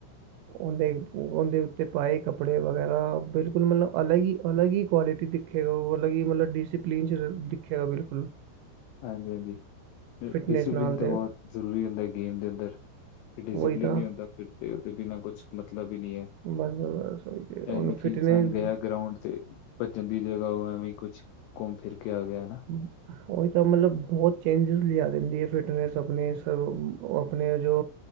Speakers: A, on the right; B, on the left.
A: ਓਂਦੇੰ ਓਂਦੇੰ ਉੱਤੇ ਪਾਏ ਕੱਪੜੇ ਵਗੈਰਾ ਬਿਲ ਕੁਲ ਓ ਮੇਨੂੰ ਅੱਲਗ ਅਲੱਗ ਹੀ ਕੁਆਲਿਟੀ ਦਿਖੇਗਾ ਉਹ ਅਲੱਗ ਹੀ ਮਤਲਬ ਡਿਸਿਪਲੀਨ ਚ ਦਿਖੇਗਾ ਬਿਲਕੁਲ।
B: ਹਾਂਜੀ-ਹਾਂਜੀ
A: ਫਿਟਨੈਸ
B: ਡਿਸਪਿਲਨ
A: ਨਾਲ
B: ਤਾਂ
A: ਅਤੇ
B: ਬੋਹਤ ਜ਼ਰੂਰੀ ਹੁੰਦਾ ਗੇਮ ਦੇ ਅੰਦਰ। ਡਿਸਿਪਿਲਨ
A: ਉਹੀ ਤਾਂ
B: ਨੀ ਹੁੰਦਾ ਫਿਰ ਤੇ ਓਦੇ ਬਿਨਾਂ ਕੁਛ ਮਤਲਬ ਈ ਨੀ ਐ।
A: ਬਸ ਬਸ ਬਸ ਉਹੀ ਤਾਂ ਉਹਨੂੰ
B: ਐ ਨੀ ਕਿ
A: ਫਿਟਨੈਸ
B: ਇਨਸਾਨ ਗਯਾ ਗਰਾਊਂਂਡ ਤੇ। ਪਜਣ ਦੀ ਜਗ੍ਹਾ ਓ ਐਵੇਂ ਕੁਛ ਕੁੰਮ ਫਿਰ ਕੇ ਆ ਗਯਾ ਨਾ।
A: ਹੂ ਉਈ ਤਾਂ ਮਤਲਬ ਬੋਹਤ ਚੇਂਜਿਸ ਲਯਾ ਦਿੰਦੀ ਏ ਫਿਟਨੈਸ ਆਪਣੇ ਸਗੋ ਆਪਣੇ ਜੋ